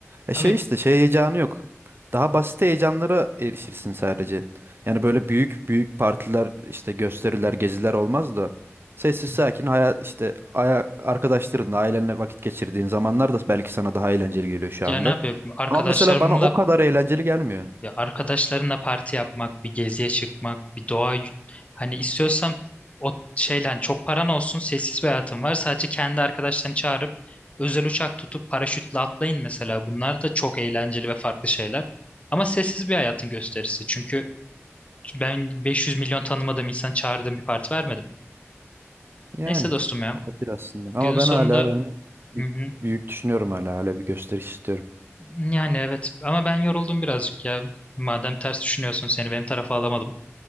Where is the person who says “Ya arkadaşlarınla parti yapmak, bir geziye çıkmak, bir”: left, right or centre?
Left